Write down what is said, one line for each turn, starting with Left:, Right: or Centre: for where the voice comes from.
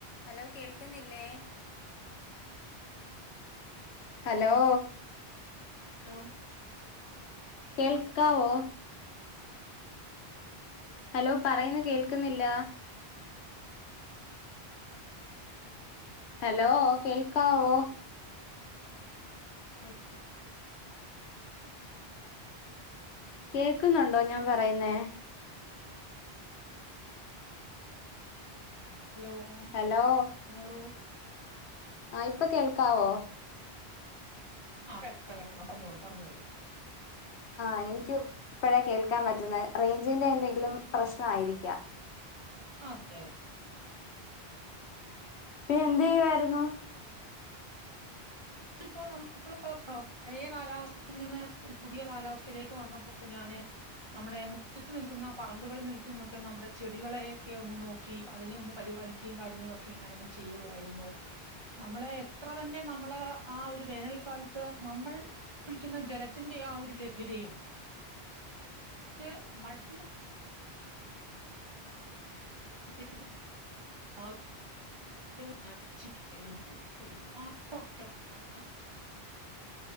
Left: ഹലോ കേൾക്കുന്നില്ലേ ഹലോ
Right: ഹലോ
Left: കേൾക്കാവോ ഹലോ പറയുന്ന കേൾക്കുന്നില്ല ഹലോ കേൾക്കാവോ
Right: ഹലോ
Left: കേക്കുന്നുണ്ടോ ഞാൻ പറയുന്നേ?
Right: ഹലോ
Left: ഹലോ
Right: പറഞ്ഞോളൂ
Left: ആഹ് ഇപ്പൊ കേൾക്കാവോ?
Right: ആഹ് ഇപ്പ കേൾക്കാ പറഞ്ഞോളൂ പറഞ്ഞോളൂ
Left: ആഹ് എനിക്കും ഇപ്പഴാ കേൾക്കാൻ പറ്റുന്നത് റേഞ്ചിന്റെ എന്തെങ്കിലും പ്രശ്നം ആയിരിക്കാ
Right: ആതന്നെ
Left: പിന്നെ എന്ത് ചെയ്യുവായിരുന്നു
Right: ഇപ്പോ നമുക്ക് പഴയ കാലാവസ്ഥയിൽ നിന്ന് ഒരു പുതിയ കാലാവസ്ഥയിലേക്ക് വന്നപ്പോൾ ഞാന് നമ്മുടെ മുറ്റത്ത് നിൽക്കുന്ന പറമ്പുകളിൽ നിൽക്കുന്നൊക്കെ നമ്മുടെ ചെടികളെ ഒക്കെ ഒന്ന് നോക് ക്കി അതിനെ ഒന്ന് പരിപാലിക്കുകയും കാര്യങ്ങളൊക്കെ ഞാൻ ഒന്ന് ചെയ്യുവായായിരുന്നു നമ്മളെ എത്ര തന്നെ നമ്മള് ആ ഒരു വേനൽക്കാലത്ത് നമ്മൾ ഒഴിക്കുന്ന ജലത്തിന്റെ ആ ഒരു ലഭ്യതയും ട്ട് മണ്ണ് <unintelligible> ഔ ഏറ്റവും ഞാൻച്ചിക്കായിരുന്നു പോയി ഒരുപാട് മൊത്തം മാം